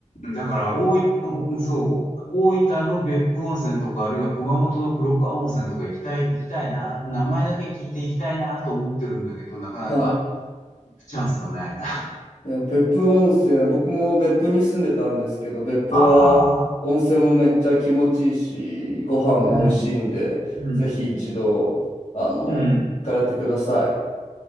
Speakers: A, on the left; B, on the left.
A: だから、大分、おそう、お大分の別府温泉とか、あるいは熊本の黒川温泉とか行きたい、行きたいな。名前だけ聞いて行きたいなと思ってるんだけど、なかなか
B: はい。
A: 行くチャンスがないな。
B: いや、別府温泉、僕も別府に住んでたんですけど、別府は温泉もめっちゃ気持ちいいし、
A: ああ、
B: ご飯も美味しいんで、
A: うん、うん、
B: ぜひ一度、
A: うん、
B: あの、
A: うん。
B: 行かれてください。